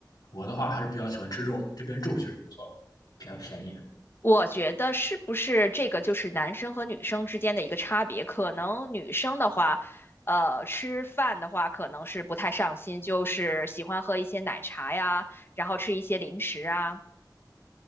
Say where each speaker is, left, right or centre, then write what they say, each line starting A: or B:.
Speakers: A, on the left (about 60°); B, on the left (about 30°).
A: 我的话还是比较喜欢吃肉的，这边肉确实不错，比较便宜。
B: 我觉得是不是这个就是男生和女生之间的一个差别？可能女生的话，呃，吃饭的话可能是不太上心，就是喜欢喝一些奶茶呀，然后吃一些零食啊。